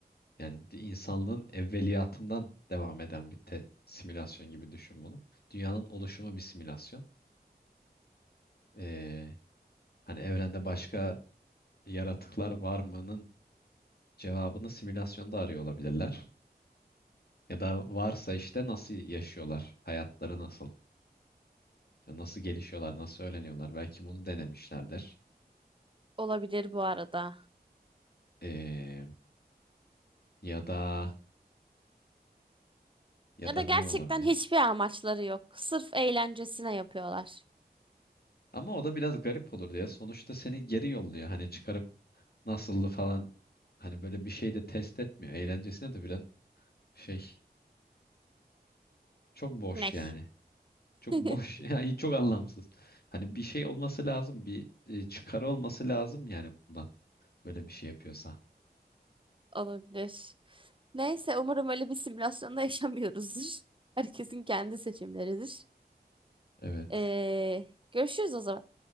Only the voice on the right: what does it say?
Olabilir bu arada.
Ya
da gerçekten
hiçbir amaçları yok. Sırf eğlencesine yapıyorlar.
Ney?
<laughs>
Olabilir. Neyse umarım öyle bir simülasyonda yaşamıyoruzdur. <laughs> Herkesin kendi seçimleridir.
Ee, görüşürüz o zaman.